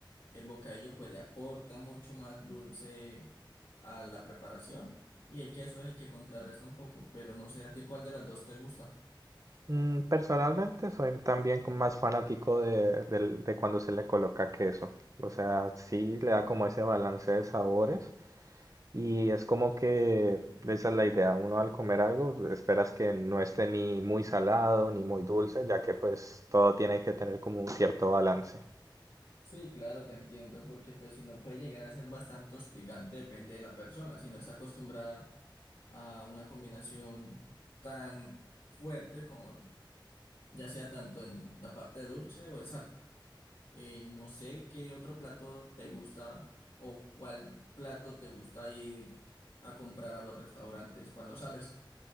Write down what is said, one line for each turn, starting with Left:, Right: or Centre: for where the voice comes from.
Left: El bocadillo pues le aporta mucho más dulce a la preparación y el queso es el que contrarresta un poco, pero no sé a ti cuál de las dos te gusta.
Right: Mm, Personalmente soy también como más fanático de, del- de cuando se le coloca queso. O sea, sí le da como ese balance de sabores y es como que esa es la idea. Uno al comer algo esperas que no esté ni muy salado ni muy dulce, ya que pues todo tiene que tener como un cierto balance.
Left: Sí, claro, te entiendo, porque pues si no puede llegar a ser bastante hostigante, depende de la persona, si no está acostumbrada a una combinación tan fuerte como ya sea tanto en la parte dulce o de sal. Eh, no sé qué otro plato te gusta o cuál plato te gusta ir a comprar a los restaurantes cuando sales.